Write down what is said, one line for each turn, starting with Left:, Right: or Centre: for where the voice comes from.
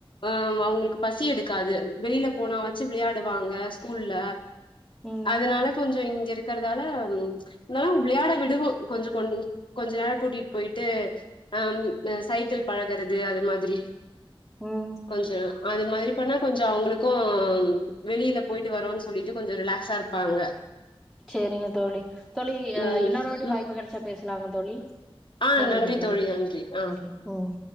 Left: ஆ ஆமா அவங்களுக்கு பசி எடுக்காது வெளில போனா வாச்சு விளயாடுவாங்க ஸ்கூல்ல
Centre: ம்
Left: அதனால ஞ்சோ இங்க இருக்கறதால இந்தாலு விளையாட விடுவோ கொஞ்சோ கொன் கொஞ்ச நேர் கூட்டிட் போய்ட்டு அம் அ சைக்கிள் பழகுறது அது மாதிரி
Centre: ம் ம்
Left: கொஞ்சோ அது மாரி பண்ணா கொஞ்சோ அவங்ளுக்கு வெளியில்ல போய்ட்டு வரோன் சொல்லிட்டு கொஞ்சோ ரிலாக்ஸா இருப்பாங்க
Centre: செரிங்க தோழி தோழி அ
Left: ம்
Centre: இன்னொரு வாட்டி
Left: ம்
Centre: வாய்ப்பு கெடச்சா பேஸ்லாங்க தோழி
Left: ஆ
Centre: நன்றிங்க
Left: நன்றி
Centre: தோழி
Left: நன்றி ஆ
Centre: நன்றிங் ம்